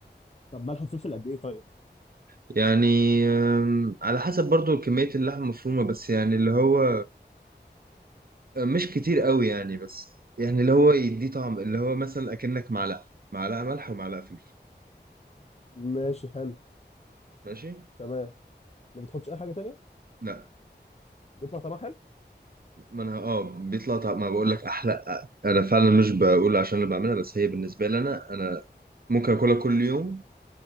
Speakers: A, on the left; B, on the right.
A: طب ملح وفلفل قد ايه طيب
B: يعني أم، على حسب برضو كمية اللحمة المفرومة بس يعني اللي هو آه، مش كتير قوي يعني بس يعني اللي هو يديه طعم اللي هو مثلا أكنك معلقة معلقة ملح ومعلقة فلفل
A: ماشي حلو
B: ماشي
A: تمام ما بتحطش اي حاجه تانية
B: لا
A: بيطلع طعمها حلو
B: ما انا اه بيطلع طعم ما بقول لك احلى انا فعلا مش بقول عشان اللي بعملها بس هي بالنسبه لي انا انا ممكن اكلها كل يوم